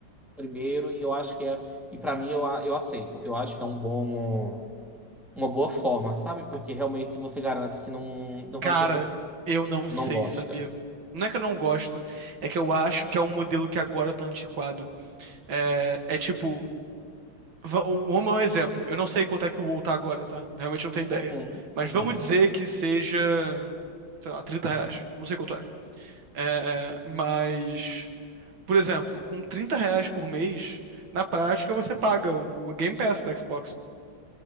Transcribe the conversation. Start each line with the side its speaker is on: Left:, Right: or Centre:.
Centre: primeiro e eu acho que é e pra mim eu, a- eu aceito. Eu acho que é um bom uma boa forma, sabe? Porque realmente você garante que não não
Right: Cara,
Centre: vai ter tanto
Right: eu não sei,
Centre: não gosta.
Right: sabia? Não é que eu não gosto, é que eu acho que é um modelo que agora tá antiquado. É, é tipo, va- o Roma é um exemplo. Eu não sei quanto é que o WoW tá agora, tá? Realmente não tenho ideia.
Centre: Uhum,
Right: Mas
Centre: uhum.
Right: vamos dizer que seja, sei lá, 30 reais. Não sei quanto é. É, mas, por exemplo, com 30 reais por mês, na prática você paga o o Game Pass da Xbox,